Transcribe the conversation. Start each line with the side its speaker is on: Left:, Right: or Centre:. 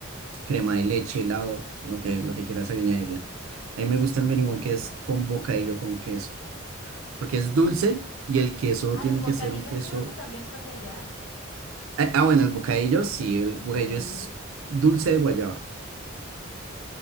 Right: crema de leche, helado, lo que, lo que quieras añadirle. A mí me gusta
Left: Ah,
Right: el merengón
Left: qué rico.
Right: que es con bocadillo con queso, porque es dulce y el queso
Left: Ah,
Right: tiene
Left: los bocadillos
Right: que ser un queso.
Left: creo que también son de allá.
Right: Ah, ah, bueno, el bocadillo, sí, el
Left: Los
Right: bocadillo
Left: bocadillos.
Right: es dulce de guayaba.